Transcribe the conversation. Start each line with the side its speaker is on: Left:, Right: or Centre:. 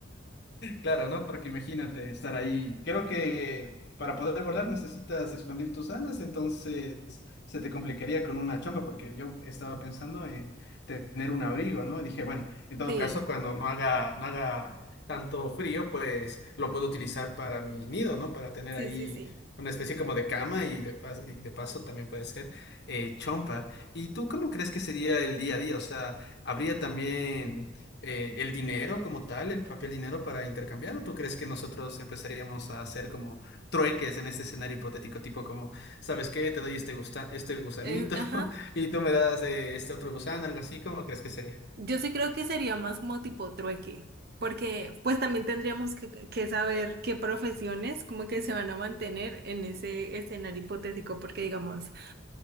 Left: Claro, ¿no? Porque imagínate estar ahí. Creo que para poder volar necesitas expandir tus alas, entonces se te complicaría con una chompa, porque yo estaba pensando en tener un abrigo, ¿no? Y dije, bueno, en todo
Right: Sí,
Left: caso, cuando no haga, no haga tanto frío, pues lo puedo utilizar para mi nido, ¿no? Para tener
Right: sí,
Left: ahí
Right: sí, sí.
Left: una especie como de cama y de pas- y de paso también puede ser eh, chompa. ¿Y tú cómo crees que sería el día a día? O sea, ¿habría también eh, el dinero como tal, el papel dinero para intercambiar? ¿O tú crees que nosotros empezaríamos a hacer como trueques en este escenario hipotético? Tipo como, ¿sabes qué? Te doy este gusta este gusanito
Right: Eh, ajá.
Left: <laughs> y tú me das eh, este otro gusano, algo así. ¿Cómo crees que sería?
Right: Yo sí creo que sería más como tipo trueque, porque pues también tendríamos que, que saber qué profesiones como que se van a mantener en ese escenario hipotético, porque digamos,